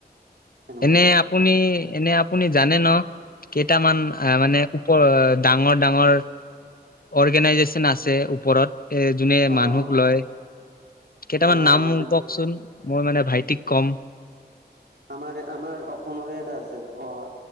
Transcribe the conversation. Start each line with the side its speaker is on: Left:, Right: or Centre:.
Right: সেনেকুৱা
Left: এনে আপুনি, এনে আপুনি জানে ন'। কেইটামান, আহ, মানে ওপ ডাঙৰ ডাঙৰ অৰ্গেনাইজেচন আছে ওপৰত, এ যোনে
Right: অ',
Left: মানুহক
Right: অ',
Left: লয়।
Right: অ',
Left: কেইটামান
Right: অ',
Left: নাম মোক কওঁকচোন, মই মানে ভাইটিক কম।
Right: আমাৰ আমাৰ অসমৰেই এটা আছে, অ',